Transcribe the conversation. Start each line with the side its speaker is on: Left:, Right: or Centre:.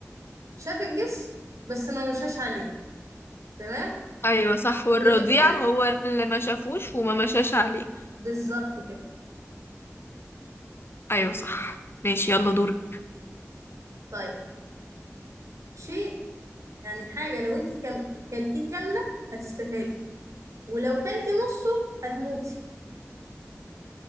Right: شاف الجسم بس ما مشاش عليه تمام
Left: أيوة صح والرضيع
Right: واللي كان
Left: هو اللي ما شافوش وما مشاش عليه
Right: بالظبط كده
Left: أيوة صح ماشي يلا دورك
Right: طيب شيء يعني حاجة لو انت كم... كلتيه كاملة هتستفادي ولو كلتي نصه هتموتي